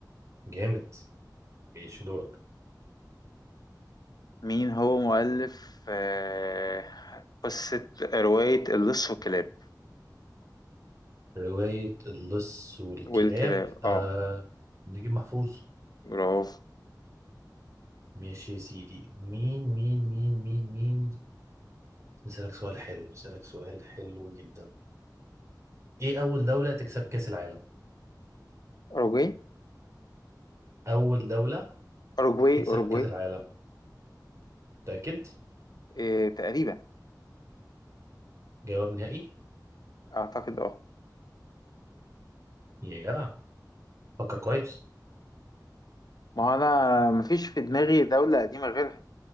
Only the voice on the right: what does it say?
جامد ماشي دورك
روايه اللص والكلاب
أه
نجيب محفوظ
ماشي يا سيدي مين مين مين مين مين نسألك سؤال حلو نسألك سؤال حلو جدا ايه أول دولة تكسب كأس العالم
أول دولة
تكسب
كأس العالم متأكد
جواب نهائي
يا جدع فكر كويس